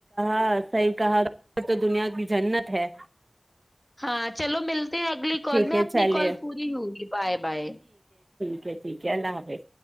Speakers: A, on the right (about 45°); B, on the left (about 20°).
A: ہاں سح کہا وہ تو دنیا کی جنت ہے
B: ہاں چلو ملتے ہیں اگلی کال
A: ٹھیک
B: میں
A: ہے
B: اپنی
A: چلیے
B: کال پوری ہوگی بائے بائے
A: اے ٹھیک ہے اللہ حافظ